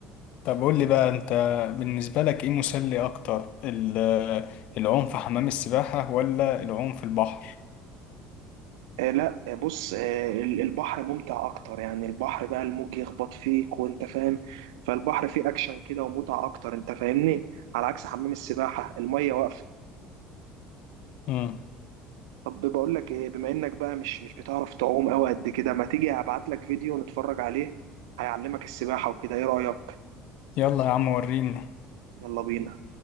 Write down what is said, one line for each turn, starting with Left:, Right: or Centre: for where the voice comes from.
Left: طب قول لي بقى أنت بالنسبة لك إيه مسلي أكتر ال- العوم في حمام السباحة ولا العوم في البحر؟
Right: آه، لا آه، بص آه، ال- البحر ممتع اكتر يعني البحر بقى الموج يخبط فيك وانت فاهم فالبحر فيه اكشن كده ومتعة اكتر انت فاهمني على عكس حمام السباحة المية واقفة
Left: مم.
Right: طب بقول لك ايه بما انك بقى مش مش بتعرف تعوم قوي قد كده ما تيجي ابعت لك فيديو نتفرج عليه هيعلمك السباحة وكده ايه رأيك
Left: يلا يا عم وريني
Right: يلا بينا